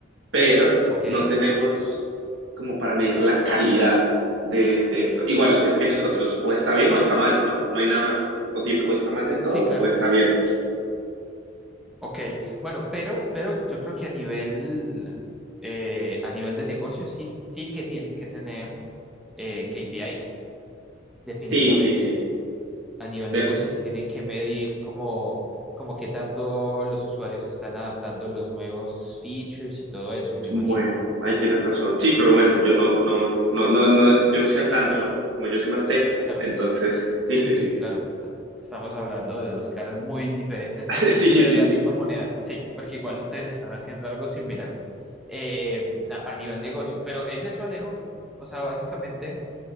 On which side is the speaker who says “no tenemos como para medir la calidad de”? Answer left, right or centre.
Right